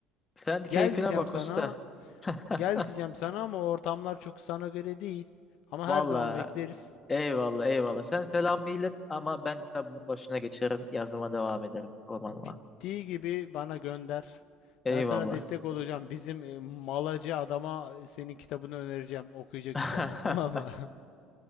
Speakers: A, on the left (about 25°); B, on the left (about 65°).
A: Sen keyfine
B: Gel diyeceğim
A: bak
B: sana
A: usta. <laughs>
B: Gel diyeceğim sana ama ortamlar çok sana göre değil. Ama
A: Valla
B: her zaman bekleriz.
A: Eyvallah eyvallah. Sen selam millet ama ben kitabımın başına geçerim. Yazıma devam ederim romanıma.
B: Bittiği gibi bana gönder.
A: Eyvallah.
B: Ben sana destek olacağım. Bizim e, malacı adama e, senin kitabını önereceğim. Okuyacak
A: <laughs>
B: inşallah tamam mı?